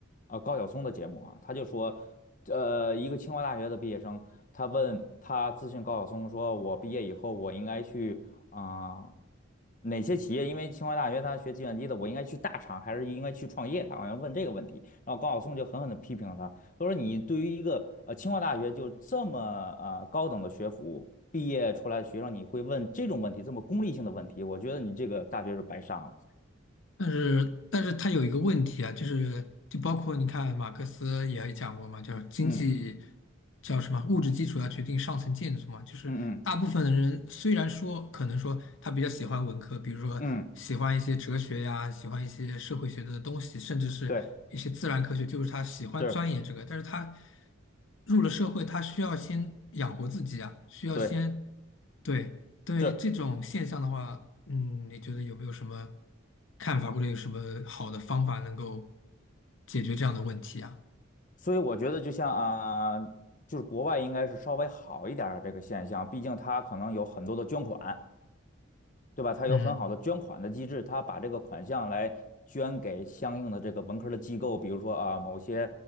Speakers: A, on the left; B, on the left.
A: 呃高晓松的节目啊，他就说，呃，一个清华大学的毕业生，他问他咨询高晓松说，我毕业以后我应该去啊、哪些企业？因为清华大学他学计算机的，我应该去大厂还是应该去创业？他好像问这个问题，然后高晓松就狠狠的批评了他，他说你对于一个呃清华大学就这么呃高等的学府。毕业出来的学生，你会问这种问题，这么功利性的问题，我觉得你这个大学是白上了。
B: 但是，但是他有一个问题啊，就是就包括你看马克思也讲过嘛，叫经济
A: 嗯
B: 叫什么物质基础要决定上层建筑嘛，就是大部分的人虽然说可能说他比较喜欢文科，
A: 嗯嗯
B: 比如说喜欢一些哲学呀，
A: 嗯，
B: 喜欢一些社会学的东西，甚至是一些自然科学，
A: 对，
B: 就是他喜欢钻研这个，
A: 是，
B: 但是他入了社会，他需要先养活自己啊，需要先。
A: 对，
B: 对，对这种现象的话，
A: 是，
B: 嗯，你觉得有没有什么看法，或者有什么好的方法能够解决这样的问题啊？
A: 所以我觉得就像啊、就是国外应该是稍微好一点儿的这个现象，毕竟它可能有很多的捐款，对吧？他有很好的捐款的机制，
B: 嗯
A: 他把这个款项来捐给相应的这个文科的机构，比如说啊，某些